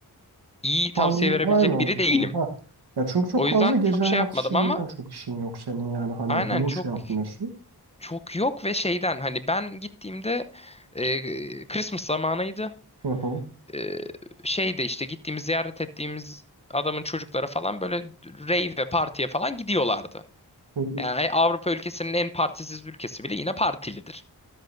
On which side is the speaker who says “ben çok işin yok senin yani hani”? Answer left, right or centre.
Right